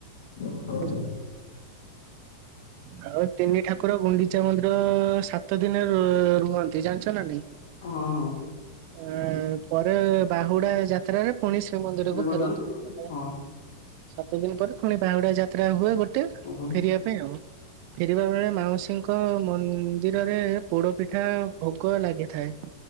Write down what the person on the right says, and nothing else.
ବୁଝିଲ? ଆଉ ତିନି ଠାକୁର ଗୁଣ୍ଡିଚା ମନ୍ଦିର ସାତ ଦିନ ରୁହନ୍ତି ଜାଣିଛ ନା ନାଇଁ?
ଆ ପରେ ବାହୁଡ଼ା ଯାତ୍ରାରେ ପୁଣି ଶ୍ରୀମନ୍ଦିରକୁ
ଫେରନ୍ତି ମାନେ
ସାତ ଦିନି ପରେ ପୁଣି ବାହୁଡ଼ା ଯାତ୍ରା ହୁଏ ଗୋଟେ ଫେରିବା
ପାଇଁ ଆଉ। ଫେରିବା ବେଳେ ମାଉସୀଙ୍କ ମନ୍ଦିରରେ ପୋଡ଼ ପିଠା ଭୋଗ ଲାଗିଥାଏ।